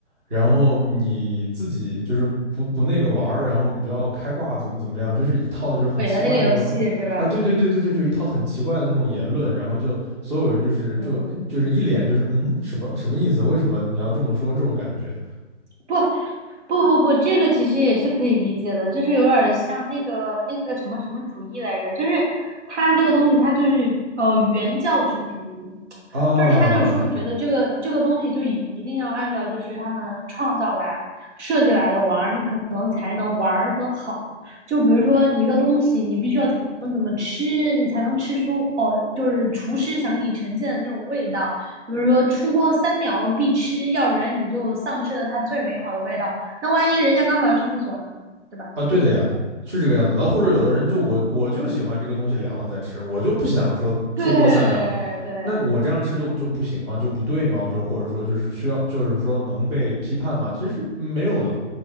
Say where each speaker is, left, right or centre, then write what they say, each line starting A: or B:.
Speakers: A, on the right (about 25°); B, on the right (about 65°).
A: 然后你自己就是不不那个玩儿，然后你就要开挂怎么怎么样，就是一套就是很奇怪的那种，
B: 毁了那个游戏是吧？
A: 啊，对对对对对，就一套很奇怪的那种言论，然后就所有人就是就就是一脸就是嗯什么什么意思？
B: 嗯，
A: 为什么你要这么说？这种感觉
B: 不，不不不，这个其实也是可以理解的，就是有点儿像那个那个什么什么主义来着，就是他这个东西，他就是呃原教旨主义，
A: 啊
B: 就是他就是说觉得这个这个东西就一一定要按照就是他们创造来设计来的玩儿，你可能才能玩儿得好。就比如说你一个东西，你必须要怎么怎么吃，你才能吃出哦，就是厨师想给你呈现的那种味道。比如说出锅三秒必吃，要不然你就丧失了它最美好的味道。那万一人家刚好要上厕所呢，对吧？
A: 啊，对的呀，是这个样子的。或者有的人就我我就喜欢这个东西凉了再吃，我就不想说出锅三秒，
B: 对对，
A: 那我这样吃就就不行吗？就不对吗？就是或者说就是需要就是说能被批判吗？其实没有的。